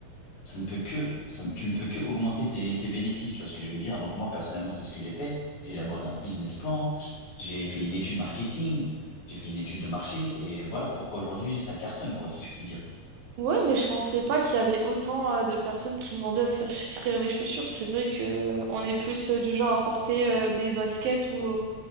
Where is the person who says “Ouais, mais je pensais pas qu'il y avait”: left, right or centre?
Right